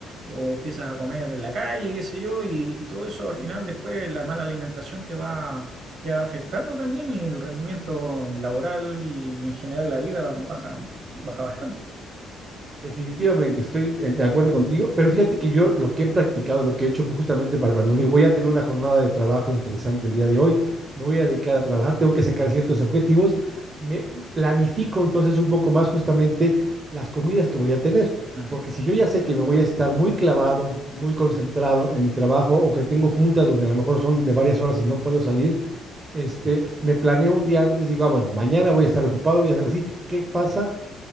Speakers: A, on the right; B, on the right.
A: o empiezas a comer en la calle, qué sé yo, y, y todo eso al final después la mala alimentación te va, te va afectando también y el rendimiento laboral y en general la vida baja, baja bastante.
B: Definitivamente, estoy eh, de acuerdo contigo, pero fíjate que yo lo que he practicado, lo que he hecho justamente para cuando digo voy a tener una jornada de trabajo interesante el día de hoy, me voy a dedicar a trabajar, tengo que sacar ciertos objetivos, me planifico entonces un poco más justamente las comidas que voy a tener,
A: Mm,
B: porque si yo ya sé que me voy a estar muy clavado, muy concentrado en mi trabajo o que tengo juntas donde a lo mejor son de varias horas y no puedo salir, este, me planeo un día antes, digo, ah, bueno, mañana voy a estar ocupado, voy a hacer así, ¿qué pasa?